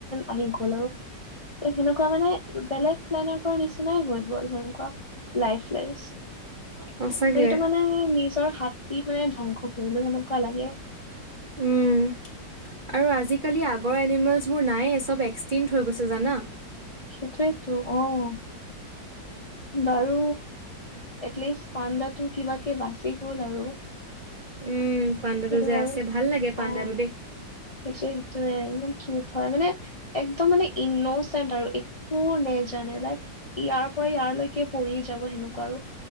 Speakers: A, on the left (about 40°); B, on the right (about 60°).
A: আহি গ'ল আৰু। ত' সেনেকুৱা মানে, বেলেগ প্লেনেটৰ নিচিনাই হৈ গ'ল, সেনেকুৱা। লাইফ লেঞ্চ,
B: সঁচাকে
A: ত' সেইটো মানে, নিজ নিজৰ হাত দি মানে, ধ্বংস কৰিলোঁ, সেনেকোৱা লাগে। <inaudible>
B: উম আৰু আজিকালি আগৰ এনিমেলছবোৰ নায়ে! চব এক্সটিংট হৈ গৈছে জানা।
A: সেইটোৱেতো, অ'! বাৰু এটলিষ্ট, পাণ্ডাতো কিবাকে বাচি গ'ল আৰু।
B: উম, পাণ্ডাটো
A: সেইটো
B: যে
A: আৰু
B: আছে, ভাল লাগে! পাণ্ডাত
A: অ
B: উঠি।
A: সেইটোৱে- সেইটোৱে, ইমান কিউত হয়! মানে। একদম মানে, ইনচেণ্ট আৰু। একো নেজানে, লাইক ইয়াৰ পৰা, ইয়াৰলৈকে পৰি যাব, সেনেকুৱা আৰু।